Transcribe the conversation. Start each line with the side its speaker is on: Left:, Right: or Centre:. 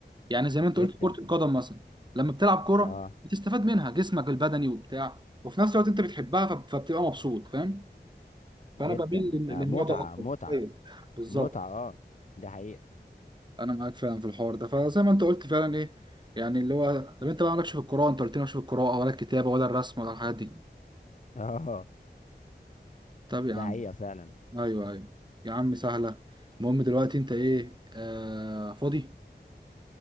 Right: يعني زي ما انت
Left: جدا
Right: قلت كرة القدم مثلا لما بتلعب كرة
Left: اه
Right: بتستفاد منها جسمك البدني وبتاع وفي نفس الوقت انت بتحبها فب- فبتبقى مبسوط فاهم
Left: جدا
Right: فانا بميل لل-
Left: آه
Right: للنوع
Left: متعه
Right: ده اكتر
Left: متعه
Right: ايوه بالظبط
Left: متعه اه ده حقيقه
Right: انا معاك فعلا في الحوار ده فزي ما انت قلت فعلا ايه يعني اللي هو طب انت بقى مالكش في القراءة انت قلت لي مالكش في القراءة ولا الكتابة ولا الرسم ولا الحاجات دي
Left: <laughs> اه
Right: طب يا
Left: ده
Right: عم
Left: حقيقه فعلا
Right: ايوه ايوه يا عم سهلة المهم دلوقتي انت ايه آه فاضي